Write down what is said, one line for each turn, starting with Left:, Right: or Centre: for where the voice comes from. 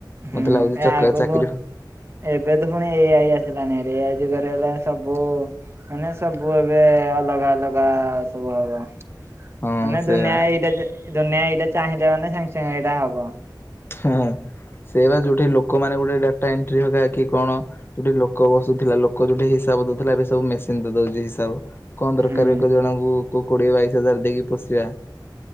Left: ମତେ
Right: ହୁଁ
Left: ଲାଗୁଛି
Right: ଏ
Left: ଚକା
Right: ଆଗକୁ
Left: ଚାକିରି
Right: ଏବେ ତ ପୁଣି ଏ ଆଇ ଆସିଲାନି ଏଆଇ ଗଲେ ସବୁ ମାନେ ସବୁ ଏବେ ଅଲଗା ଅଲଗା ସବୁ ହବ। ମାନେ
Left: ହଁ ସେଇଆ।
Right: ଦୁନିଆ ଏଇଟା ଦୁନିଆ ଏଇଟା ଚାହିଁଲେ ମାନେ ସାଙ୍ଗେ ସାଙ୍ଗେ ଏଇଟା ହବ।
Left: ହଁ ସେଇ ବା ଯୋଉଠି ଲୋକମାନୋନେ ଗୋଟେ ଡାଟା ଏଣ୍ଟ୍ରି ହଗ କି କଣ ଯୋଉଠି ଲୋକ ବସୁଥିଲା ଲୋକ ଯୋଉଠି ହିସାବ ଦଉଥିଲା ଏବେ ସବୁ ମେସିନ ଦ ଦଉଛି ହିସାବ। କଣ ଦରକାର
Right: ହଁ
Left: ଏକ ଜଣଙ୍କୁ କୁ କୋଡିଏ ବାଇଶ ହଜାର ଦେଇକି ପୋଷିବା।